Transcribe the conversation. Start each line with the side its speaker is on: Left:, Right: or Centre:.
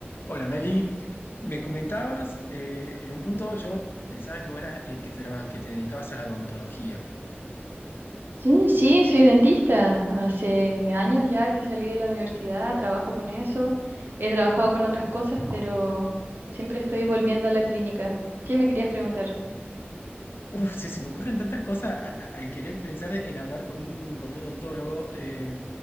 Left: Hola Meli, me comentabas, eh, en un punto yo pensaba que, vos eras, eh, que, traba- que te dedicabas a la odontología.
Right: Sí, sí, soy dentista. Hace años ya que salí de la universidad, trabajo con eso. He trabajado con otras cosas, pero siempre estoy volviendo a la clínica. ¿Qué me querías preguntar?
Left: Uf, se, se me ocurren tantas cosas a- a- al querer pensar en hablar con un, con un odontólogo. Eh,